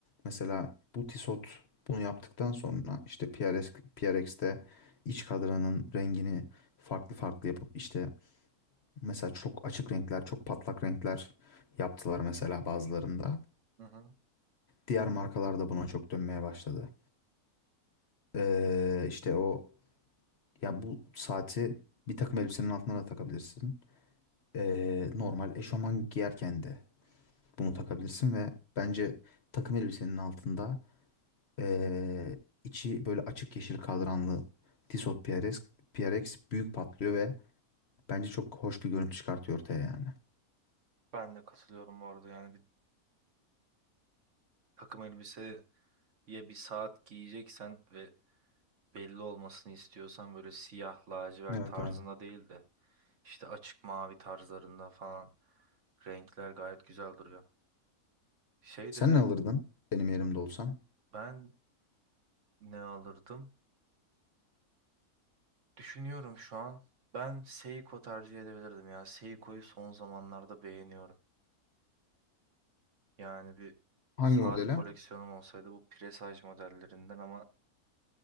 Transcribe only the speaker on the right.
Hı hı.
Ben de katılıyorum bu arada. Yani bir takım elbiseye bir saat giyeceksen ve belli olmasını istiyorsan böyle siyah lacivert
tarzında
değil de işte açık mavi tarzlarında falan renkler gayet güzel duruyor. Şey
dedin.
bak
Ben Ne alırdım? Düşünüyorum şu an. Ben Seiko tercih edebilirdim ya. Seiko'yu son zamanlarda beğeniyorum. Yani bir
saat
koleksiyonum olsaydı bu presaj modellerinden ama